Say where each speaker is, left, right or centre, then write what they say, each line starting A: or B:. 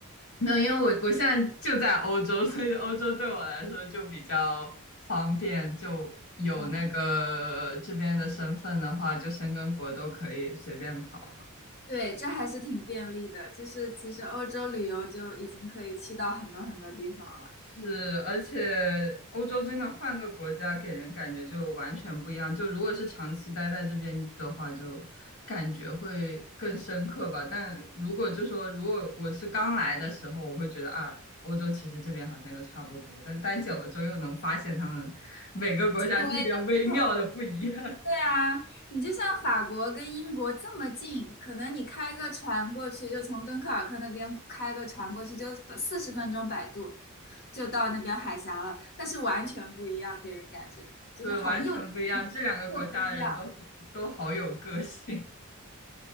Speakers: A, on the left; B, on the left.
A: 没有，因为我我现在就在欧洲，<laughs> 所以欧洲对我来说就比较方便，就有那个这边的身份的话，
B: 嗯，
A: 就申根国都可以随便跑了。
B: 对，这还是挺便利的，就是其实欧洲旅游就已经可以去到很多很多地方了，
A: 是，而且欧洲真的换个国家，给人感觉就完全不一样。就如果是长期待在这边的话，就感觉会更深刻吧。但如果就说，如果我是刚来的时候，我会觉得啊，欧洲其实这边好像又差不多。但待久了之后，又能发现他们每个国家之间微妙的不一样，
B: 因为。不同。对啊，你就像法国跟英国这么近，可能你开个船过去，就从敦刻尔克那边开个船过去，就四十分钟摆渡就到那边海峡了，但是完全不一样，给人感觉就是好又
A: <laughs> 对，完全不一样。这两个国家的人都好，
B: 又不一样。
A: 都好有个性。